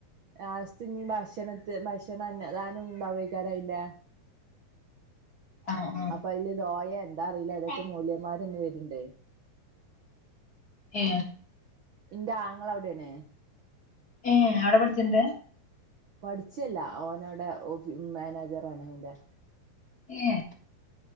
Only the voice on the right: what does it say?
ലാസ്റ്റ് ഇനി ഭക്ഷണത്തി ഭക്ഷണം അന്നദാനം ഉണ്ടാവേക്കാരം അയിന്റെ
അപ്പൊ അതില് ദോയെ എന്താ അറീല്ല അതൊക്കെ
മൗല്യേമ്മാരിന്ന് വരിണ്ട്
ന്റെ ആങ്ങള അവിടേണ്
പഠിച്ചല്ല ഓനോടെ ഓഫി മാനേജറാണ് അയിന്റെ